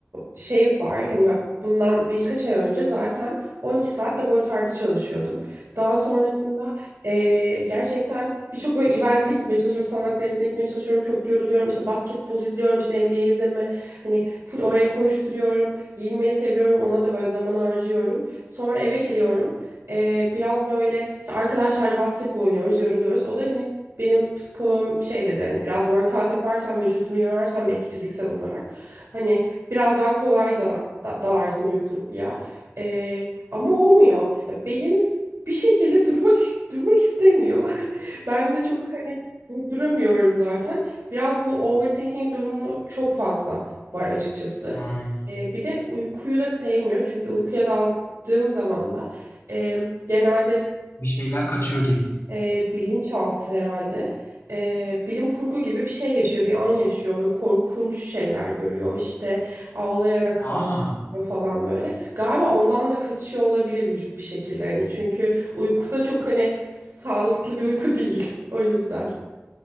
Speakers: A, on the right; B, on the left.
A: şey var hani ben bundan birkaç ay önce zaten 12 saat laboratuvarda çalışıyordum. Daha sonrasında ee, gerçekten birçok böyle event'e gitmeye çalışıyorum. Sanat galerisine gitmeye çalışıyorum. Çok yoruluyorum. İşte basketbol izliyorum. işte NBA izleme. Hani full oraya koşturuyorum. Giyinmeyi seviyorum. Ona da böyle zaman harcıyorum. Sonra eve geliyorum. Ee, biraz böyle işte arkadaşlarla basketbol oynuyoruz, yoruluyoruz. O da hani benim psikoloğum şey dedi hani biraz workout yaparsan vücudunu yorarsan belki fiziksel olarak hani biraz daha kolay dala- da- dalarsın uykuya. Ee, ama olmuyor. Ya beyin bir şekilde durmak durmak istemiyor. <laughs> Ben de çok hani duramıyorum zaten. Biraz bu overthinking durumu çok fazla var açıkçası.
B: Hmm,
A: Ee, bir de uykuyu da sevmiyor. Çünkü uykuya daldığım zaman da e, genelde
B: bir şeyler kaçıyor gibi.
A: e, bilinçaltı herhalde. E, bilim kurgu gibi bir şey yaşıyor, bir an yaşıyor ve korkunç şeyler görüyor. İşte ağlayarak kalkıyor
B: Aa,
A: falan böyle. Galiba ondan da kaçıyor olabilir vücut bir şekilde hani çünkü uyku da çok hani sağlıklı bir uyku <laughs> değil. O yüzden.